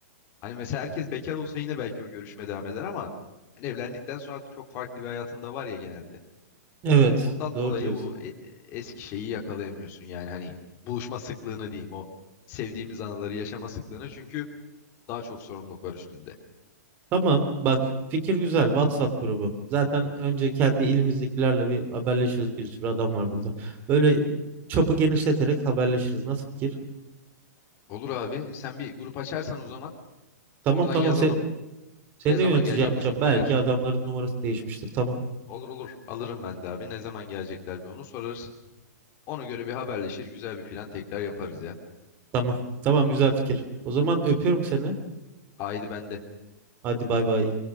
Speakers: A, on the left; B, on the right.
A: Hani mesela herkes bekar olsa yine belki o görüşme devam eder ama hani evlendikten sonra artık çok farklı bir hayatın da var ya genelde.
B: Evet,
A: Ondan
B: doğru
A: dolayı
B: diyorsun.
A: bu e- e- eski şeyi yakalayamıyorsun yani hani buluşma sıklığını diyeyim o sevdiğimiz anıları yaşama sıklığını çünkü daha çok sorumluluk var üstünde.
B: Tamam, bak fikir güzel. WhatsApp grubu. Zaten önce kendi ilimizdekilerle bir haberleşiriz. Bir sürü adam var burada. Böyle çapı genişleterek haberleşiriz. Nasıl fikir?
A: Olur abi sen bir grup açarsan o zaman
B: Tamam
A: oradan
B: tamam
A: yazalım.
B: sen, seni
A: Ne zaman
B: de yönetici
A: gelecek
B: yapacağım.
A: bizimkiler?
B: Belki adamların numarası değişmiştir. Tamam
A: Olur olur. Alırım ben de abi. Ne zaman gelecekler bir onu sorarız. Ona göre bir haberleşir. Güzel bir plan tekrar yaparız ya.
B: tamam. Tamam güzel fikir. O zaman öpüyorum seni.
A: Haydi ben de
B: Hadi bay bay.